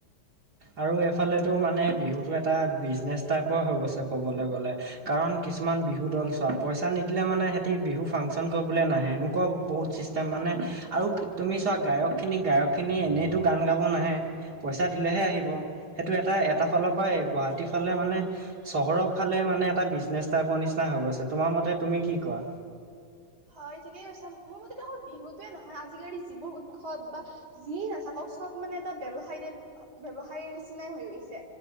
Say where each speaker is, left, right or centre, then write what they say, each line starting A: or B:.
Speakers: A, on the right (about 55°); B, on the right (about 75°).
A: আৰু এইফালেতো মানে বিহুটো এটা বিজনেছ টাইপৰ হৈ গৈছে ক'বলে গ'লে। কাৰণ কিছুমান বিহুদল চোৱা পইচা নিদিলে মানে ইহেতি বিহু ফাংচন কৰিবলে নাহে এনেকুৱা বহুত চিষ্ট চিষ্টেম মানে আৰু তুমি চোৱা গায়কখিনি গায়কখিনি এনেইটো গান গাব নাহে পইচা দিলেহে আহিব সেইটো এটা এটা ফালৰ পৰা গুৱাহাটী ফালে মানে চহৰৰ ফালে মানে এটা বিজনেছ টাইপৰ নিচিনা হৈ গৈছে তোমাৰ মতে তুমি কি কোৱা?
B: হয় ঠিকেই কৈছা, মোৰ মতে দেখোন বিহুটোৱে নহয় আজিকালি যিবোৰ উৎসৱ বা যিয়েই নাথাকক চব মানে এটা ব্যৱসায়ী টাইপ ব্যৱসায়ীৰ নিচিনাইয়ে হৈ গৈছে।